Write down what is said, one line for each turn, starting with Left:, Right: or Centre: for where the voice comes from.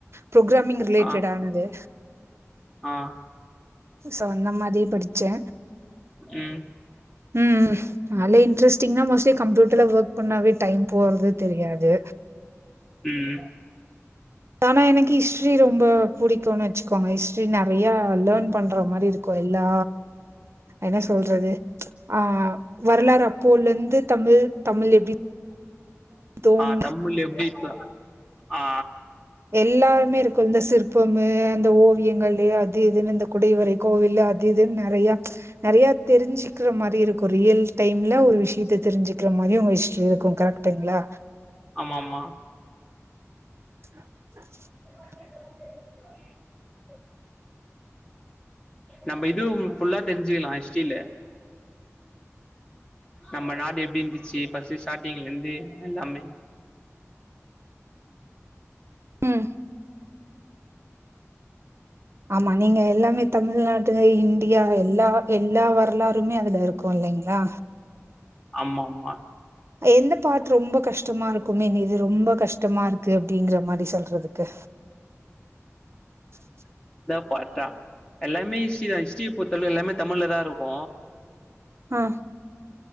Right: ப்ரோக்ராமிங் ரிலேட்டடானது
Left: ஆ ஆ
Right: சொ அந்த மாரி படிச்சே
Left: ம்
Right: ம் நால்லே இன்ட்ரெஸ்டிங்கா மோஸ்ட்லி கம்ப்யூட்டர்ல ஒர்க் பண்ணாவே டைம் போறது தெரியாது
Left: ம்
Right: ஆனா எனக்கு இஸ்ட்ரி ரொம்ப புடிக்கூனன் வச்சுக்கோங்க இஸ்ட்ரி நறைய லேர்ன் பண்ற மாரி இருக்கு எல்லா என்ன சொல்றது ஆ வரலாறு அப்போலேந்து தமிழ் தமிழ் எப்டி தோன்
Left: ஆ தமிழ் எப்டி சொ ஆ
Right: எல்லாமே இருக்கூ இந்த சிற்பமு அந்த ஓவியங்களு அது இதுன்னு இந்த குடைவரை கோவிலு அது இதுன் நறையா நறைய தெரிஞ்சுக்கிற மாரி இருக்கூ ரியல் டைம்ல ஒரு விஷ்யத்த தெரிஞ்சுக்கிற மாரி உங்க இஸ் ட்ரி இருக்கூ கரெக்ட்டுங்ளா
Left: ஆமா ஆமா
Right: <inaudible>
Left: <inaudible> நம்ம இதும் ஃபுல்லா தெரிஞ்சுகலா ஹிஸ்ட்ரில நம்ம நாடு எப்டிந்துச்சி ஃபஸ்ட்டு ஸ்டாட்டிங்லேந்து எல்லாமே
Right: ம். ஆமா நீங்க எல்லாமே தமிழ்நாட்டு இந்தியா எல்லா எல்லா வரலாறுமே அதுல இருக்கூ லைங்ளா
Left: ஆமாமா
Right: எந்த பார்ட் ரொம்ப கஷ்டமா இருக்கூ மீன் இது ரொம்ப கஷ்டமாருக்கு அப்டிங்கிற மாரி சொல்றதுக்கு உ
Left: <unintelligible> எல்லாமே ஹிஸ்ட்ரி தா ஹிஸ்ட்ரிய பொர்த்தளவு எல்லாமே தமிழ் லதா இருக்கு
Right: ஆ